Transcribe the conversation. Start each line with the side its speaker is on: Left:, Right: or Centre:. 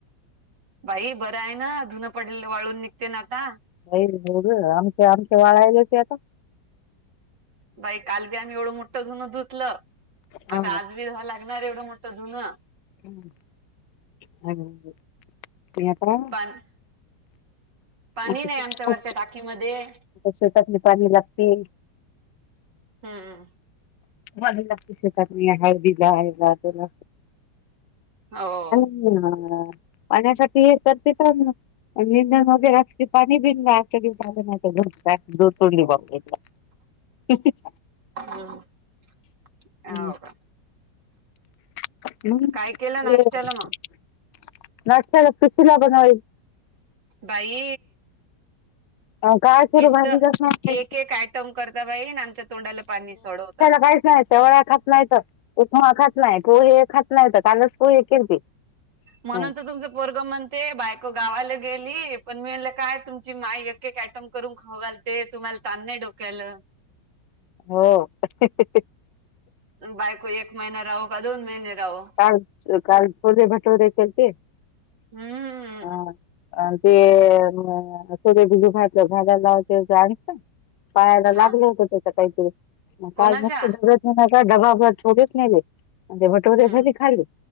Right: बाई बरं आहे ना, धुनं पडलेलं वाळून निघते ना आता.
Left: नाही मु आमच्या आमच्या, वाळालय ते आता.
Right: बाई काल बी आम्ही एवढं मोठं धून धुतलं,
Left: हा
Right: आता आज बी धुवाय लागणार एवढं मोठ धुनं.
Left: हं.. <unintelligible> आकरा.
Right: <inaudible> पाणी
Left: आता
Right: नाही
Left: शेतात
Right: आमच्या वरच्या टाकीमध्ये.
Left: शेतातली पाणी लागते.
Right: हम्म..
Left: मळणी लागते शेतात, हळदीला हेला तेला.
Right: हो.
Left: हा पाण्यासाठी हे तर ते, तर ना. <unintelligible> <inaudible>
Right: हम हौ
Left: हं.
Right: का.
Left: <unintelligible>
Right: काय केलं नाश्त्याला मग? बाई.
Left: काय सुरू
Right: तेच
Left: भाजीलाच
Right: तर
Left: नाही
Right: एक एक आयटम करता बाई, ना आमच्या तोंडाला पाणी सोडवता.
Left: बायका येत. शेवाळा खात नाहीत, उपमा खात नाही, पोहे खात नाहीत कालच पोहे केलते.
Right: म्हणून
Left: हं.
Right: तर तुमच पोरग म्हण ते बायको गावाला गेली. पण मी म्हणलं काय तुमची माय, एक एक आयटम करून खाऊ घालते. ते तुम्हाला तान नाही डोक्यालं.
Left: हो, हं हं हं हं.
Right: बायको एक महिना राहो, का दोन महिने राहो.
Left: काल काल छोले भटूरे केलते
Right: हम्म
Left: हा. अ ते <unintelligible> भागाला लावते आणि. पायाला
Right: हा
Left: लागलं होत तेच्या, काहीतरी
Right: कोणाच्या
Left: काज <unintelligible> डबा छोलेच नेले, ते भटोरे
Right: हम्म
Left: घरी खाले.